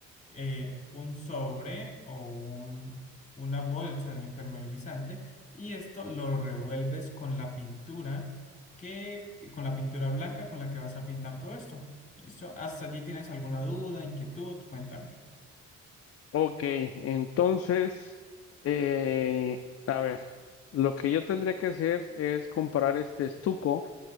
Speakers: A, on the left (about 25°); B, on the left (about 50°).
A: eh, un sobre o un- una bolsa de impermeabilizante y esto lo revuelves con la pintura que, con la pintura blanca con la que vas a pintar todo esto. ¿Listo? ¿Hasta allí tienes alguna duda, inquietud? Cuéntame.
B: Ok, entonces, eh, a ver, lo que yo tendría que hacer es comprar este estuco